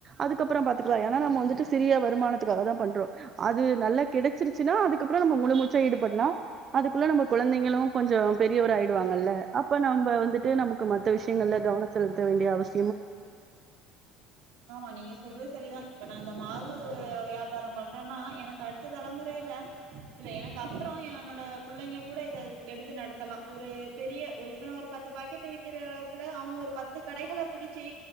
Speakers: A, on the right; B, on the right.
A: அதுக்கப்பறோ பாத்துக்கலாம் ஏன நம்ம வந்துட்டு சிறிய வருமான பண்றோ அது நல்லா கிடைச்சிருச்சுன அதுக்கப்புரோ நம்ம முழுமூச்சா ஈடுபடாலாம் அதுக்குள்ள நம்ம கொழந்தைங்களும் கொஞ்சோ பெரியவர ஆயிடுவாங்கல்ல அப்ப நம்ம வந்துட்டு ந மத்த விஷயங்கள்ல கவன செலுத்த வேண்டிய அவச
B: ஆமா நீங்க சொல்றது செரிதான் இப்ப நான் இந்த மாவு வியாபாரோ பண்றேன்னா எனக்கு அடுத்த தலைமுறையில இல்ல எனக்கு அப்பறோ என்னோட பிள்ளைங்க கூட இதை எடுத்து நடத்தலாம் ஒரு பெரிய எப்புன்னா ஒரு பத்து பாக்கெட்டு் விறக்கிற இடத்துல அவங்க ஒரு பத்து கடைகள பிடிச்சி